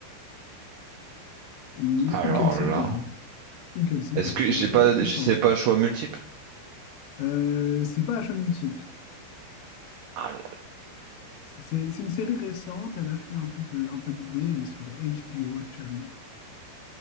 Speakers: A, on the left; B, on the right.
A: Et ou,
B: Alors
A: ou quelle série,
B: là,
A: hein. Ou quelle série?
B: est-ce que
A: C'est
B: j'ai
A: une série
B: pas,
A: récente.
B: je sais pas, choix multiple?
A: Euh, c'est pas achat multiple.
B: Ah, le
A: C'est c'est une série récente, elle a fait un peu de, un peu de bruit, elle est sur HBO actuellement.